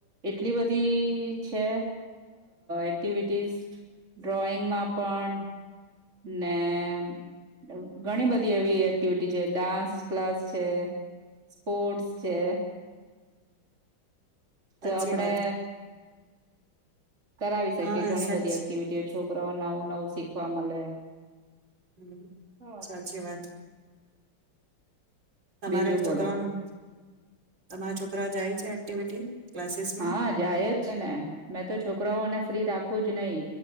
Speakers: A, on the right (about 35°); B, on the right (about 55°).
A: એટલી બધી છે એક્ટિવિટીઝ ડ્રોઈંગમાં પણ <inaudible> ઘણી બધી એવી એક્ટિવિટી છે ડાન્સ ક્લાસ છે સ્પોર્ટ્સ છે તો
B: સાચી
A: આપણે
B: વાત
A: કરાવી શકી
B: હા
A: ઘણી
B: સાચી
A: બધી એક્ટિવિટીઓો છોકરો નવું નવું શીખવા મળે
B: હમ
A: હા વાત
B: સાચી
A: કરી જાણે
B: વાત તમારે
A: બીજું બોલો
B: છોકરાઓનું તમારા છોકરા જાય છે એક્ટિવિટી ક્લાસીસમાં
A: હા જાય જ છે ને મેં તો છોકરાઓને ફ્રી રાખ ું જ નહીિ